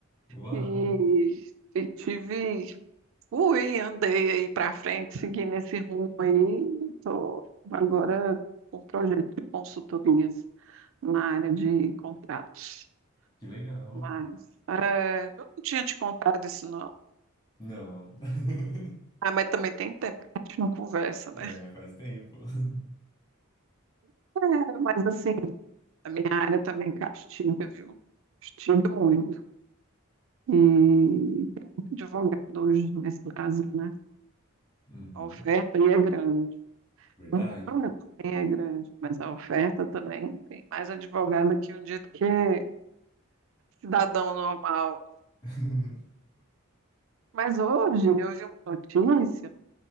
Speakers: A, on the left; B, on the right.
A: Uau!
B: e, e tive Ui, andei aí para frente, seguindo esse rumo aí. Estou agora com um projeto de consultorias na área de contratos.
A: Que legal.
B: Mas é, eu não tinha te contado isso, não.
A: Não. <laughs>
B: Ah, mas também tem tempo que a gente não conversa,
A: É,
B: né?
A: faz tempo. <laughs>
B: É, mas assim, a minha área também castiga, viu? Castiga muito. E tem muito advogado hoje nesse Brasil, né?
A: Uhum.
B: A oferta aí é grande.
A: Verdade.
B: A demanda também é grande, mas a oferta também tem mais advogado aqui um dia do que é cidadão normal.
A: <laughs>
B: Mas hoje eu vi uma notícia